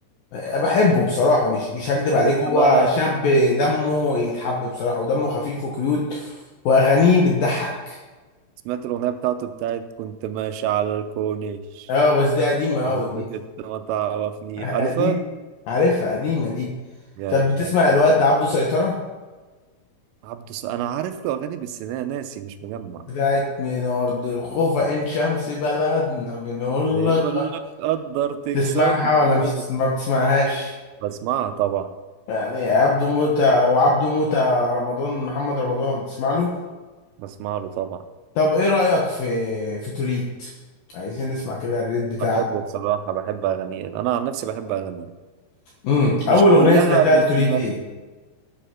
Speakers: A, on the left; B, on the right.
A: بحبه بصراحه مش مش هكدب عليك
B: طب انت
A: هو
B: بقى
A: شاب دمه يتحب بصراحه ودمه خفيف وكيوت واغانيه بتضحك
B: سمعت الاغنيه بتاعته بتاعت كنت ماشي على الكورنيش
A: اه بس دي قديمه
B: قبل
A: قوي
B: كنت
A: دي
B: ما تعرفني
A: <laughs>
B: عارفها
A: دي عارفها قديمه دي
B: جامد
A: طب بتسمع
B: لا كده
A: الواد عبده سيطره
B: عبده الص- انا عارف له اغاني بس انا ناسي مش مجمع
A: بتاعت من ارض الخوفة ان شمس بلدنا بنقول
B: بيقول
A: لك آه،
B: لك قدر تكسبنا
A: تسمعها ولا مش
B: أيوة،
A: تسمع؟ ما بتسمعهاش
B: بسمعها طبعا
A: يعني عبده موتة وعبده موتة رمضان محمد رمضان بتسمع له
B: بسمع له طبعا
A: طب ايه رأيك في في توليت عايزين نسمع كده الريت بتاعك
B: بحبه بصراحة بحب اغانيه انا عن نفسي بحب اغانيه
A: امم
B: مش
A: اول اغنية
B: كلها
A: سمعتها
B: بس
A: لتوليت
B: ب-
A: ايه